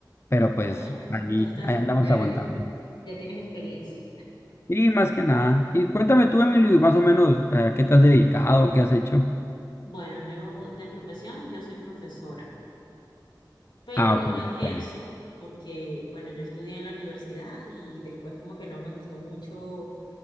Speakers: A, on the left; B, on the left.
A: pero
B: No,
A: pues
B: ya,
A: ahí,
B: ya estás,
A: ahí andamos
B: ya
A: aguantando.
B: eres, ya tienes experiencia.
A: Y más que nada. Y cuéntame tú, Emily, más o menos, eh, ¿a qué te has dedicado? ¿Qué has hecho?
B: Bueno, yo de profesión, yo soy profesora, pero
A: Ah,
B: no
A: ok.
B: ejerzo
A: ya está. bien.
B: porque, bueno, yo estudié en la universidad y después como que no me gustó mucho